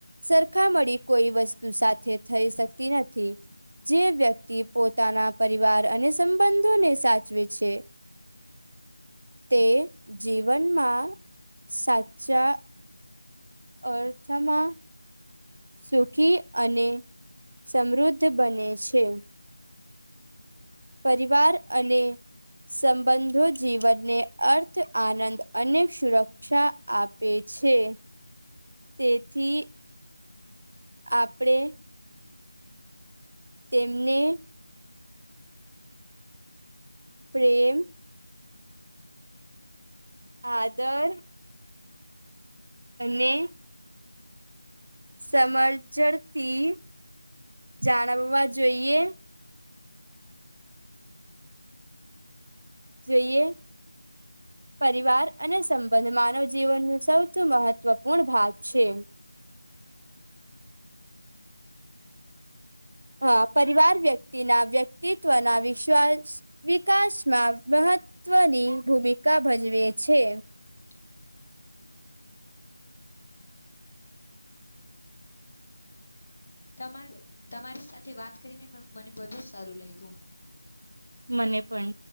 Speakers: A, on the right; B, on the left.
A: સરખામળી કોઈ વસ્તુ સાથે થઈ શકતી નથી. જે વ્યક્તિ પોતાના પરિવાર અને સંબંધોને સાચવે છે. તે જીવનમાં સાચા અર્થમાં સુખી અને સમૃદ્ધ બને છે. પરિવાર અને સંબંધો જીવનને અર્થ, આનંદ અને સુરક ક્ષા આપે છે, તેથી આપડે તેમને પ્રેમ આદર અને સમરજડતી જાળવવા જોઈએ. જોઈએ. પરિવાર અને સંબંધ માનવ જીવન નુ સૌથી મહત્વપૂર્ણ ભાગ છે. હ, પરિવાર વ્યક્તિ ના વ્યક્તિત્વ ના વિશ્વાસ વિકાસમાં મહત્વની ભૂમિકા ભજવે છે.
B: તો તમારે તમારી સાથે વાત કરીને મ મને બધુ સારું લાયગુ.
A: મને પન.